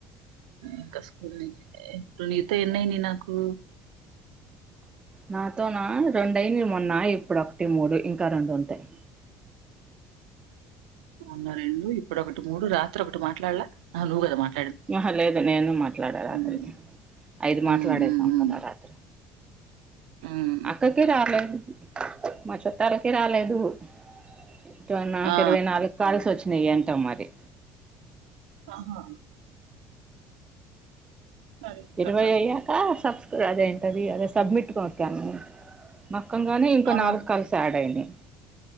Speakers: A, on the right; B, on the right.
A: ఇంకా స్కూల్ ఇప్పుడు నీతో ఎన్నయినాయి నాకు
B: నాతో నా రెండయినాయి మొన్న ఇప్పుడు ఒకటి మూడు ఇంకా రెండు ఉంటాయ్
A: అవున్న రెండు ఇప్పుడుొ ఒకటి మూడు రాత్రి ఒకటి మాట్లాడలా నువ్వు కదా మాట్లా
B: ఆహ లేదు నేను మాట్లాడా రాత్రి
A: హ్మ్.
B: ఐదు
A: హ్మ్.
B: మాట్లాడేశాం
A: హ్మ్. హ్మ్.
B: కదా రాత్రి
A: హ్మ్.
B: అక్కకి రాలె మా చుట్టాలకి రాలేదు <unintelligible> నాకు
A: ఆ!
B: ఇరవై నాలుగు కాల్స్ వచ్చినాయ్ ఎంతో మరి
A: ఆహా అది
B: ఇరవై
A: కథ.
B: అయ్యాక సబ్స్ అదేంటది సబ్మిట్ కొనొక్కాను <unintelligible> ఇంకో
A: ఆ!
B: నాలుగు కాల్స్ యాడ్ అయినాయ్